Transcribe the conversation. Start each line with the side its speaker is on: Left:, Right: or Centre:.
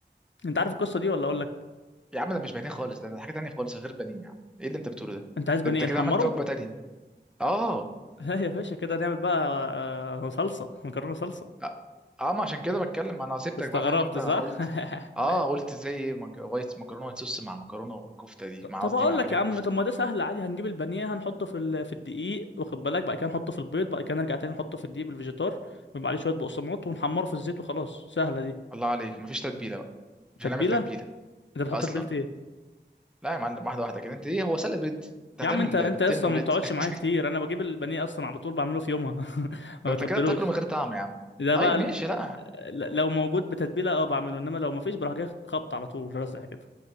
Left: انت عارف القصه دي ولا اقول لك
Centre: يا عم ده مش بانيه خالص ده, ده حاجه تانيه خالص غير بانيه يا عم ايه اللي انت بتقوله ده
Left: انت عايز بانيه
Centre: ده انت كده
Left: نحمره
Centre: عملت وجبه تانيه اه
Left: <laughs> لا يا باشا كده نعمل بقى آه، صلصه مكرونه صلصه
Centre: لا اه ما عشان كده بتكلم انا سبتك
Left: انت استغربت
Centre: بقى فاهم انت
Left: صح
Centre: قلت
Left: <laughs>
Centre: اه قلت زي ايه مك- وايت مكرونه وايت صوص مع مكرونه والكفته دي
Left: ط-
Centre: مع
Left: طب
Centre: قصدي
Left: اقول
Centre: مع بانيه
Left: لك يا
Centre: وكفته
Left: عم طب ما ده سهل عادي هنجيب البانيه هنحطه في ال... في الدقيق واخد بالك بعد كده نحطه في البيض بعد كده نرجع تاني نحطه في الدقيق بالفيجيتار ويبقى عليه شويه بقسماط ونحمره في الزيت وخلاص سهله دي
Centre: الله عليك مفيش تتبيله بقى مش
Left: تتبيله
Centre: هنعمل تتبيله
Left: انت بتحط
Centre: اصلا
Left: تتبيله ايه
Centre: لا يا معلم واحده واحده كده انت ايه هو سلق بيض انت هتعمل
Left: يا عم انت انت
Centre: بيضتين
Left: اصلا
Centre: اومليت
Left: ما بتقعدش
Centre: <laughs>
Left: معايا كتير انا بجيب البانيه اصلا على طول بعمله في يومها <laughs> ما
Centre: ده
Left: بتبلوش
Centre: انت كده بتاكله من غير طعم يا عم
Left: ده
Centre: طيب
Left: بقى ال...
Centre: ماشي لا
Left: ال- لو موجود بتتبيله اه بعمله انما لو ما فيش بروح جاي خبط على طول رزع كده